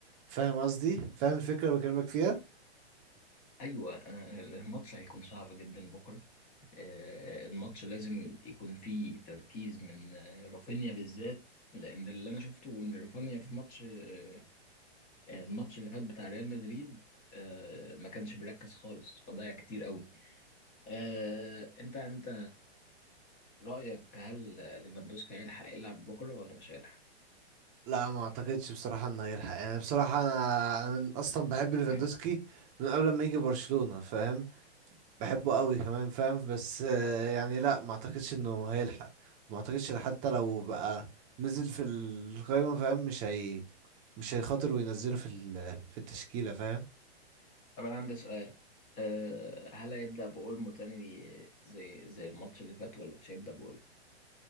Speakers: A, on the right; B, on the left.
A: فاهم قصدي فاهم الفكرة اللي بكلمك فيها
B: ايوه انا أنا الماتش هيكون صعب جدا بكرة آه، الماتش لازم يكون فيه تركيز من آه، رافينيا بالذات لان اللي انا شفته ان رافينيا في ماتش آه، الماتش اللي فات بتاع ريال مدريد آه، ما كانش بيركز خالص فضيع كتير قوي آه، انت انت رأيك هل ليفاندوسكي هيلحق يلعب بكرة ولا مش هيلحق؟
A: لا ما أعتقدش بصراحة إنه هيلحق يعني بصراحة أنا أنا من أصلا بحب ليفاندوسكي
B: مم.
A: من قبل ما يجي برشلونة فاهم بحبه قوي كمان فاهم بس آه، يعني لا ما اعتقدش انه هيلحق ما اعتقدش حتى لو بقى نزل في القائمة فاهم مش هي مش هيخاطر وينزله في ال... في التشكيلة فاهم
B: طب انا عندي سؤال آه، هل هيبدأ بأولمو تاني دي زي زي الماتش اللي فات ولا مش هيبدأ بأولمو؟